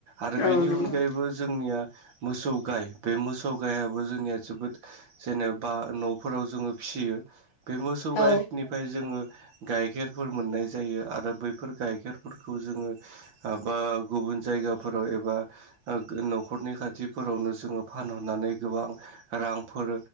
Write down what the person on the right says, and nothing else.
आरो बेनि
अनगायैबो जोंनिया मोसौ गाय बे मोसौ गायाबो जोंनिया जोबोद जेनेबा न'फोराव जोङो फिसियो बे मोसौ गाइनिफ्राय
जोङो गाइखेरफोर मोननाय जायो आरो बैफोर गाइखेरफोरखौ जोङो आबा गुबुन जायगाफोराव एबा ओ न'खरनि खाथि, फोरावनो जोङो फानहरनानै गोबां रांफोर